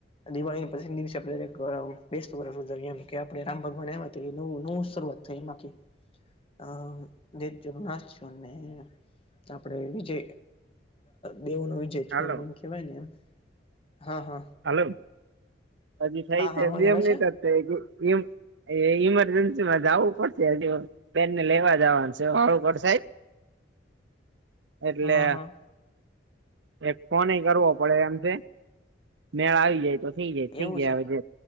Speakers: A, on the left; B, on the right.
A: દિળી પસિ દિવસે આપ. બેસ્ટ વર્ષ ઉ જોરએ એમ કે આપડે રામ ભગવાન એમાંવ નવું શરૂઆત થઈ એમાં અ દજ હસશને. આપણેે વિજય દેવોનો વિજ જે
B: હાલો
A: એમ એમ કેવાય ને એમ હા હા.
B: હલો પછી થઈ
A: હા
B: છે
A: હા
B: એમ
A: અવાજ આવે
B: નની
A: છે
B: થ કે એમ. એ ઇમરજન્સી માં જ આવું પડશેજ. બેનને લેવા જવાનું છે ખુંખર સાહેબ. એટલે
A: હા હા
B: એક ફોન કરવો પડે એમ છે. મેળા આવી જાય તો થઈ જાય થઈ
A: એવું
B: જાય
A: છે
B: હવે